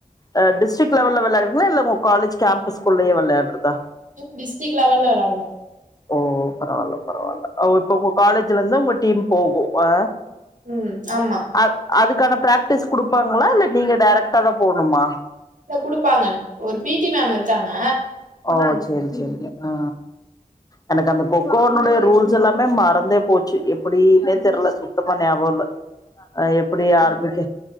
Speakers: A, on the left; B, on the right.
A: அ டிஸ்டிக் லெவல்ல வெளாடுவீங்ளா இல்ல உன் காலேஜ் கேம்பஸ் குள்ளயே வெள்யாட்றதா
B: இப் டிஸ்டிக் லெவல்ல வெளாடுவோ
A: ஓ பரவால பரவால ஓ இப்ப உங்க காலேஜ்ல இந்தா உங்க டீம் போகு ஆ
B: ம் ஆமா
A: அ அதுக்கான பிராக்டிஸ் குடுப்பாங்களா இல்ல நீங்க டேரெக்டா தா போணுமா
B: இல்ல குடுப்பாங்க ஒரு பீ டி மேம் இருக்காங்க
A: ஓ சேரி சேரிங்க ஆ எனக்கு அந்த கொக்கோனுடைய ரூல்ஸ் எல்லாமே மறந்தே போச்சு எப்டின்னே தெர்ல சுத்தமா ஞாப இல்ல அது எப்டி ஆரம்பிச்ச